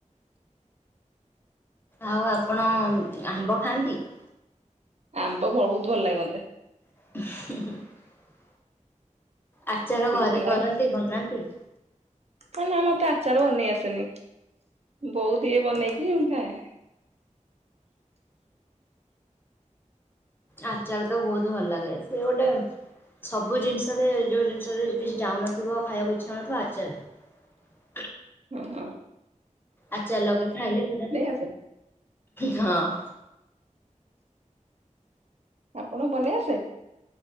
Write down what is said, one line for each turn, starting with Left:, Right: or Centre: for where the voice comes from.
Left: ଆଉ ଆପଣ ଆମ୍ବ ଖାଆନ୍ତି। <inaudible>
Right: ଆମ୍ବ ବହୁତ ଭଲ ଲାଗେ ମତେ।
Left: <unintelligible> ଆଚାର
Right: ସିଜିନାଲ
Left: ଘରେ କରନ୍ତି ବନାନ୍ତି।
Right: ନା ନା ମତେ ଆଚାର ବନେଇ ଆସେନି। ବୋଉ ଦିଏ ବନେଇକି ମୁଁ ଖାଏ।
Left: ଆଚାର ତ ବହୁତ ଭଲ ଲାଗେ। ସେ ଗୋଟେ ସବୁ ଜିନିଷରେ ଯୋଉ ଜିନିଷରେ କିଛି ଯାଉନଥିବ ଖାଇବାକୁ ଇଛା ହଉନଥିବ ଆଚାର।
Right: ହୁଁ ହ
Left: ଆଚାର ଲଗେଇ ଖାଇଲେ ପୁରା
Right: ଆସେନି।
Left: ହଁ
Right: ଆପଣଙ୍କୁ ବନେଇ ଆସେ?